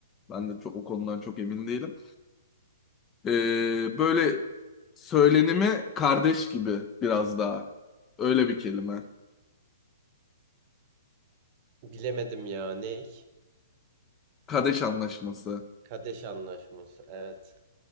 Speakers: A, on the left; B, on the right.
A: Ben de çok, o konudan çok emin değilim. E, böyle söylenimi kardeş gibi biraz daha. Öyle bir kelime.
B: Bilemedim ya ne?
A: Kardeş anlaşması.
B: Kadeş anlaşması. Evet.